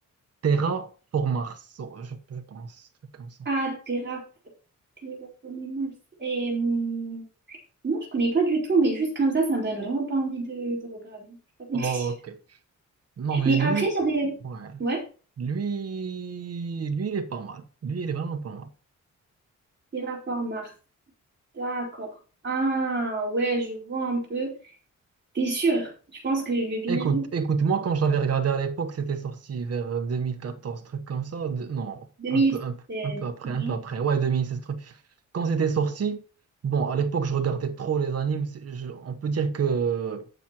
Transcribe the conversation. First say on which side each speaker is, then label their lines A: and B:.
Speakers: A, on the right (about 50°); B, on the right (about 35°).
A: Terraformars, Oh, je, je pense, un truc comme ça.
B: Ah, Terra. Terraforming Mars. Et, hum, non, je connais pas du tout, mais juste comme ça, ça me donne vraiment pas envie de, de regarder. Je sais
A: Ok.
B: pas. <laughs>
A: Non, mais
B: Mais
A: lui,
B: après, ça des...
A: ouais.
B: Ouais,
A: Lui, lui, il est pas mal. Lui, il est vraiment pas mal.
B: Terraform Mars. D'accord. Ah, ouais, je vois un peu. T'es sûr? Je pense que j'ai bien
A: Écoute,
B: mis
A: écoute, moi quand je l'avais regardé à l'époque, c'était sorti vers euh, 2014, truc comme ça. de- Non, un
B: 2016.
A: peu, un peu, un peu après,
B: Non,
A: un peu après. Ouais, 2016, truc. Quand c'était sorti, bon, à l'époque, je regardais trop les animes. c'est- je- on peut dire que